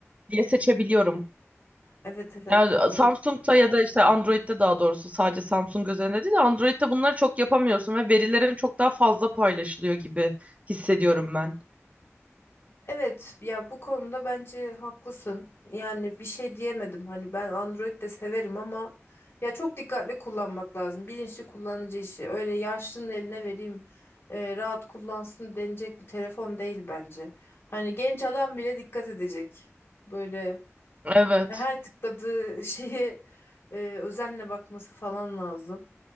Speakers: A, on the right; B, on the left.
A: diye seçebiliyorum.
B: Evet evet
A: Yani
B: doğru.
A: Samsung'da ya da işte Android'de daha doğrusu sadece Samsung özelinde değil de Android'de bunları çok yapamıyorsun ve verilerin çok daha fazla paylaşılıyor gibi hissediyorum ben.
B: Evet ya bu konuda bence haklısın. Yani bir şey diyemedim. Hani ben Android de severim ama ya çok dikkatli kullanmak lazım. Bilinçli kullanıcı işi. Öyle yaşlının eline vereyim e, rahat kullansın denecek bir telefon değil bence. Hani genç adam bile dikkat edecek. Böyle
A: Evet.
B: her tıkladığı <laughs> şeye e, özenle bakması falan lazım.